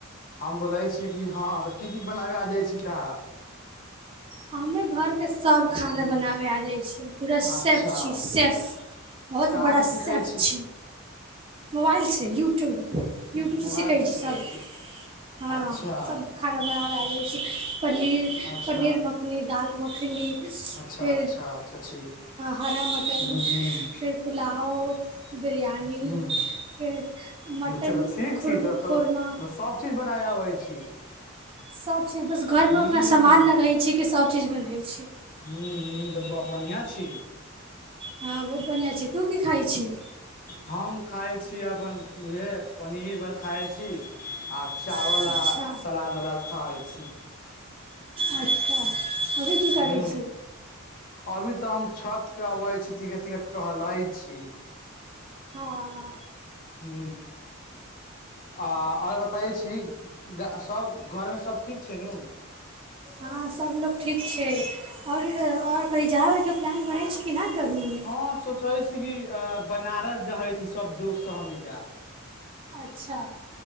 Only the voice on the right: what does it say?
हमर घरके सभ खाना
बनाबै आ जाइ छी पूरा सेफ
छी सेफ बहुत
बड़ा
सेफ
छी मोबाइलसँ यूट्यूब
यूट्यूबसँ सीखै
छी
सभ हँ
सब खाना बनाबै आ जाइ छी पनीर
पनीर मखनी फिर दाल मखनी
फिर
हरा मटन
फेर पुलाव बिरयानी
फेर मटन
खुर
खुरमा
सभ चीज बस घरमे
ओतना समामान नहि रहै छी कि सभ चीज बनबै छी
हँ बहुत बढ़िआँ छी तू की खा छी
अच्छा
अच्छा अभी की करै
छी
हँ हँ
हँ सबलोग ठीक छै ओर ओर कही जाइके प्लान बनै छै कि नय गर्मी मे
अच्छा